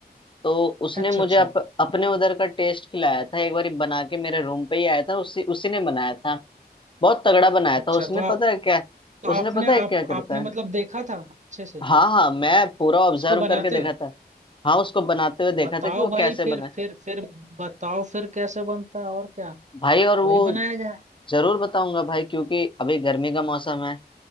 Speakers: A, on the left; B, on the right.
A: तो उसने
B: अच्छा
A: मुझे
B: अच्छा
A: अप, अपने उधर का टेस्ट खिलाया था एक बार बना के मेरे रूम पे ही आया था उसी उसी ने बनाया था बहुत तगड़ा बनाया
B: अच्छा
A: था उसने
B: तो आप
A: पता है क्या
B: तो
A: उसने
B: आपने
A: पता है क्या
B: आप
A: करता
B: आपने
A: है
B: मतलब देखा था अच्छे से
A: हाँ हाँ मैं पूरा ऑब्जर्व
B: उसको
A: करके
B: बनाते
A: देखा
B: हुए
A: था हाँ उसको बनाते हुए देखा
B: बताओ
A: था कि वो
B: भाई
A: कैसे
B: फिर
A: बना है।
B: फिर फिर बताओ फिर कैसे बनता है और क्या
A: भाई और वो
B: वही बनाया जाए
A: जरूर बताऊंगा भाई क्योंकि अभी गर्मी का मौसम है